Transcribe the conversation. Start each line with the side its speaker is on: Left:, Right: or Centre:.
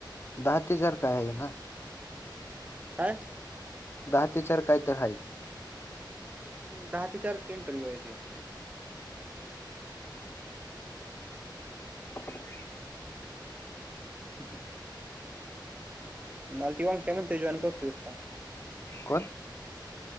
Left: दहा ते चार काय आहे त्यांना?
Right: आयं
Left: दहा ते चार काय तर हाय.
Right: हम दहा ते चारच की इंटरव्ह्यू आहे ते.
Left: ह
Right: अम्म हम्म. मालती वान केमन ते जॉइन करतोयस का?
Left: कोण